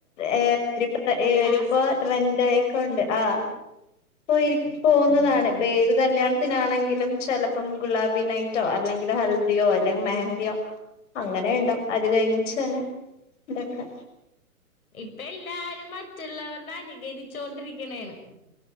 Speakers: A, on the left (about 55°); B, on the left (about 70°).
A: ഏഹ് ഒരു ട്രെ ഇവരിപ്പോ
B: കാസ്റ്റ്
A: ട്രെന്റ് ആയിക്കൊണ്ട് ആഹ് പോയിരി പോകുന്നതാണ്
B: ഉം
A: ഇപ്പേത്
B: ഉം
A: കല്യാണത്തിനാണെങ്കിലും ചെലപ്പം ഗുലാബി നൈറ്റോ അല്ലെങ്കില് ഹൽദിയോ അല്ലെങ്കിൽ മെഹങ്കയോ അങ്ങനെ ഉണ്ടാവും അത് കഴിഞ്ഞെച്ചാണ് ഇതൊക്കെ
B: ഇപ്പൊ എല്ലാരും മറ്റുള്ളവരുടെ അനുകരിച്ചോണ്ടിരിക്ക്ണെണ്